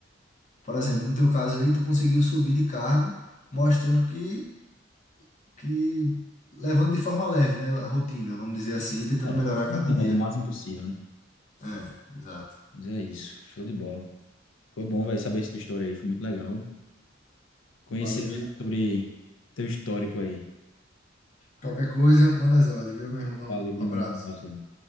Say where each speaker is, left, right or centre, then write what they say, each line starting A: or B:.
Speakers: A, on the left; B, on the left.
A: por exemplo, no teu caso aí, tu conseguiu subir de cargo, mostrando que, que levando de forma leve, né? A rotina, vamos dizer assim, e tentando
B: É,
A: melhorar
B: tentando
A: cada dia.
B: ali o máximo possível, né?
A: É, exato.
B: Mas é isso, show de bola. Foi bom, velho, saber essa tua história aí, foi muito legal. Conhecer
A: Valeu
B: melhor
A: e
B: sobre teu histórico aí.
A: qualquer coisa, manda as ordens, viu, meu irmão?
B: Valeu, Bruno,
A: Um abraço.
B: um abraço, velho.